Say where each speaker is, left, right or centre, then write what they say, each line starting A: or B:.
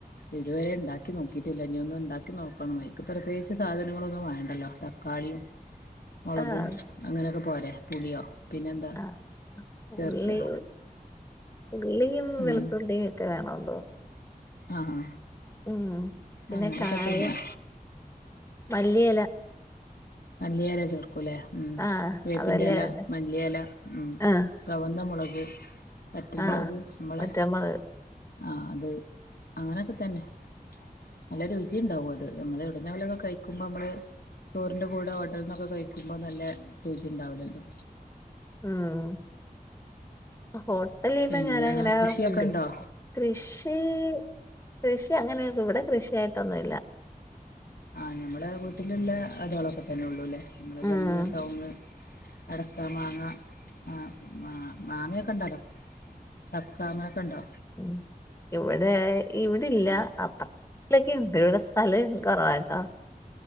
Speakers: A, on the left; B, on the left.
A: ഇതുവരെ ഇണ്ടാക്കി നോക്കിയിട്ടില്ല ഇനി ഒന്നും ഇണ്ടാക്കി നോക്കണം അയിക്ക് പ്രത്യേകിച്ച് സാധനങ്ങളൊന്നും വേണ്ടല്ലോ തക്കാളിയും മുളകും
B: ആഹ്
A: അങ്ങന ഒക്ക പോരെ പുളിയോ പിന്നെന്താ
B: ആഹ്
A: ചേർക്ക
B: ഉള്ളി ഉള്ളിയും
A: ഉം
B: വെളുത്തുള്ളിയും ഒക്കെ വേണോന്തോ
A: ആഹ്
B: ഉം പിന്നെ
A: അങ്ങനെയൊക്കെ
B: കായം
A: തന്നെയാ
B: മല്ലി എല
A: മല്ലിയെല ചോർക്കൂല്ലേ ഉം
B: ആഹ്
A: വേപ്പിന്റഎല
B: അതല്ലേ അതിന്റെ
A: മല്ലിയെല ഉം
B: ആഹ്
A: ചൊവന്നമുളക് വറ്റൽമുളക്
B: ആഹ്
A: നമ്മളെ
B: വറ്റൽമുളക്
A: ആഹ് അത് അങ്ങനോക്ക തന്നെ നല്ല രുചിണ്ടാവും അത് ഞമ്മള എവിടന്നേലൊക്കെ കഴിക്കുമ്പം നമ്മള് ചോറിന്റെ കൂടെ ഹോട്ടൽന്നൊക്കെ കഴിക്കുമ്പോ നല്ല രുചി ഉണ്ടാവുലല്ലോ
B: ഉം അ ഹോ ഹേട്ടലിന്ന്
A: പിന്നെ
B: ഞാന് അങ്ങനെ
A: കൃഷിയൊക്കെ
B: പുഡ് കഴിക്കുല
A: ഉണ്ടോ
B: കൃഷി കൃഷി അങ്ങനെ ഇത് ഇവിടെ കൃഷിയായിട്ടൊന്നുല്ല
A: ആഹ് ഞമ്മടെ വീട്ടിലുള്ള അതോളക്കെ തന്നെള്ളൂ അല്ലേ നമ്മടെ
B: ഉം
A: തെങ്ങ് കവുങ്ങ് അടക്കാ മാങ്ങ ആഹ് മാ മാങ്ങയൊക്കെ ഉണ്ടല്ലോ ചക്ക അങ്ങനക്കെ ഉണ്ടോ
B: ഉം ഇവിടെ ഇവിടില്ല അപ്പ വീട്ട് ലെക്കെയുണ്ട് ഇവിടെ സ്ഥലം കുറവാട്ടെ